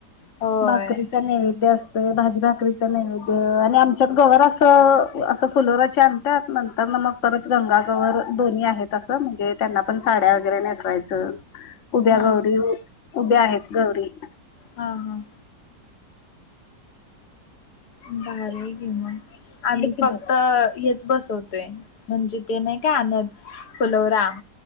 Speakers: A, on the left; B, on the left.
A: होय
B: भाकरीचा नैवेद्य असतो. होय भाजी, भाकरीचा नैवेद्य. आणि आमच्यात गवर असं-असं फुलोऱ्याची आणत्यात नंतर न म परत गंगा गवर दोन्ही आहेत अस म्हणजे त्यांना पण साड्या वगैरे नेसवायचं उभ्या
A: हा
B: गौरी उभ्या आहेत गौरी.
A: हां हां. भारी आहे की मग, आम्ही
B: बघायला
A: फक्त हेच बसवतो. म्हणजे ते नाही काय आणत फुलोरा